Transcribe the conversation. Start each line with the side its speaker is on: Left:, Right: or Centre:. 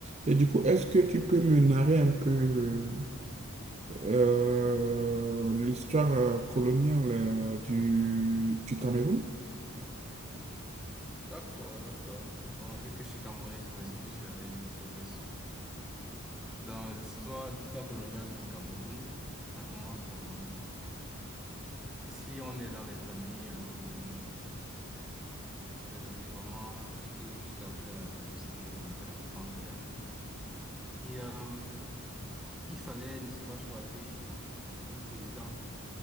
Right: Et du coup, est-ce que tu peux me narrer un peu euh, l'histoire euh, coloniale euh, du, du Cameroun?
Centre: D'accord, d'accord. Bon, vu que je suis Camerounais, j'imagine que tu l'avais, tu l'avais su. Dans l'histoire, l'histoire coloniale du Cameroun, ça commence comment? Ici, on est dans les années, euh, dans les années vraiment, c'était juste après la, la Deuxième Guerre mondiale, je pense bien. Et euh, il fallait, n'est-ce pas, choisir un président.